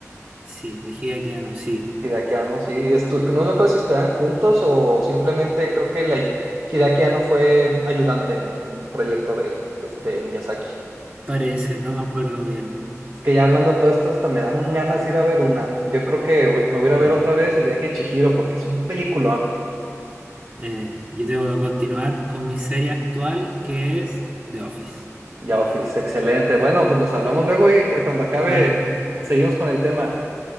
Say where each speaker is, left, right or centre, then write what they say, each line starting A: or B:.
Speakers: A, on the right; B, on the right.
A: Sí, de Hideaki Anno, sí.
B: Hideaki Anno, sí. estu- que no me acuerdo si estudiaban juntos o simplemente creo que le ayu- Hideaki Anno fue ayudante en un proyecto de, de, de Miyazaki.
A: Parece, no me acuerdo bien.
B: Es que ya hablando de todo esto, hasta me dan ganas de ir a ver una. Yo creo que voy- me voy a ir a ver
A: Ujú.
B: otra vez El viaje de Chihiro porque es un peliculón.
A: Eh, yo tengo que continuar con mi serie actual que es The Office.
B: Ya, Office, excelente. Bueno, pues nos hablamos luego y que cuando acabe
A: Bueno,
B: seguimos con el tema.